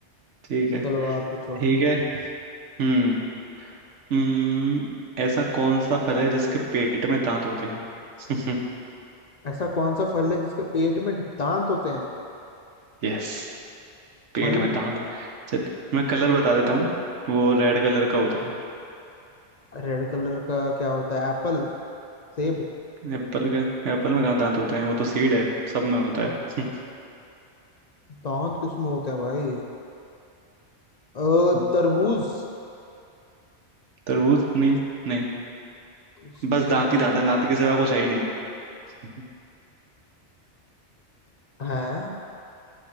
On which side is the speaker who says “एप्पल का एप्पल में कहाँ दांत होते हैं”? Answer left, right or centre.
Right